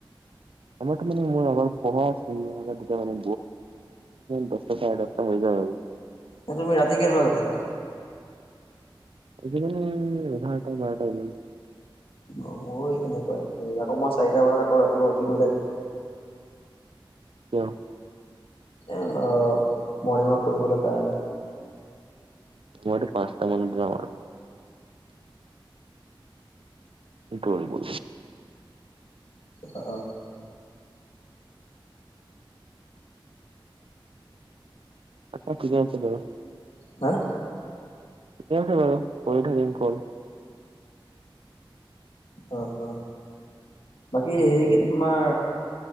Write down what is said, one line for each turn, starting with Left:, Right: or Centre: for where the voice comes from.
Right: আমাৰ তো মানে মোৰ পঢ়া মানে ব মানে দশটা ছাৰে দশটা হৈ যায় আৰু।
Left: ন তুমি ৰাতি কেইটা লগে থাকা।
Right: আজি মানে এঘাৰটা বাৰটা ইমানে।
Left: অ মোৰো স তেনেকুৱাই আকৌ মই চাৰিটা বজাত আকৌ ৰাতিপুৱা উঠিবই লাগ
Right: ক
Left: আহ মৰ্ণিং ৱাক কৰিবলৈ কাৰণে।
Right: মাৰ পাঁচটা মানত যাম আৰু। কিটো কৰিব।
Left: অ অ
Right: আচ্ছা ঠিকে আছে বাৰু।
Left: হা
Right: ঠিকে আছে বাৰু কৰি থাকিম কল।
Left: অ অ বাকী হেৰি কি তোমাৰ